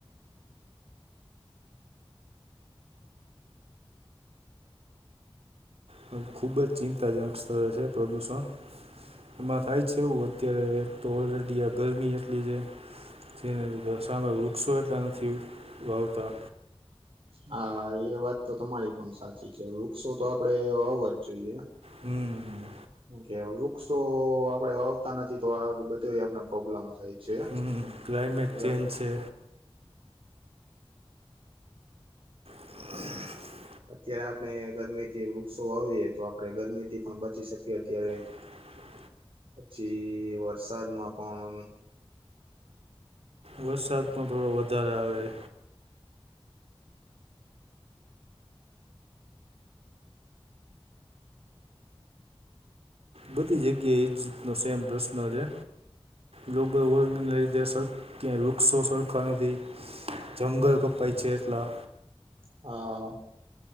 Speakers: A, on the right (about 75°); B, on the right (about 60°).
A: તો ખૂબ જ ચિંતાજનક સ્થળે છે પ્રદૂષણ એમાં થાય છે એવું અત્યારે તો ઓલરેડી આ ગરમી એટલી છે તેની બસ કારમે વૃક્ષો એટલા નથી વાવતા.
B: હા એ વાત તો તમારી પણ સાચી છે વૃક્ષો તો આપડે વાવવા જ જોઈએ.
A: હમ્મ.
B: કે વૃક્ષો આપડે વાવતા નથી તો આ બધું આપને પ્રોબ્લેમ થાય. છે
A: હ ક્લાઇમેટ
B: ગર
A: ચેન્જ છે. હ.
B: અત્યારે આપણે ગરમીથી વૃક્ષો વાવીએ તો આપડણે ગરમી થી પણ બચી શકીએ અત્યારે.
A: હ.
B: પછી વરસાદમાં પણ
A: વરસાદ પણ થોડો વધારે આવે. બધી જગ્યાએ એજ રીતનો સેમ પ્રશ્ન છે. ગ્લોબલ વોર્મિંગના લીધે સરખ ક્યાંય વૃક્ષો સરખા નથી. જંગલ કપાઈ છે એટલા
B: હા.